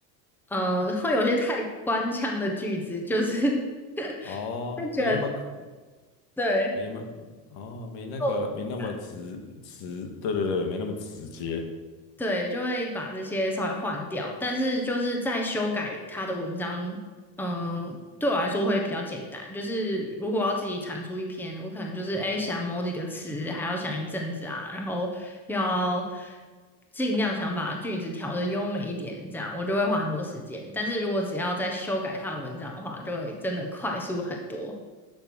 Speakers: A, in the centre; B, on the left.
A: 呃，会有些太官腔的句子，就是
B: 哦，
A: <laughs> 会觉得
B: 没那么可
A: 对。
B: 没那哦，没那个没那么直直，
A: 够自然
B: 对对对，没那么直接。
A: 对，就会把这些稍微换掉，但是就是在修改他的文章，嗯，对我来说会比较简单。就是如果我要自己产出一篇，我可能就是哎想某几个词，还要想一阵子啊，然后要尽量想把句子调的优美一点，这样我就会花很多时间。但是如果只要再修改他的文章的话，就会真的快速很多。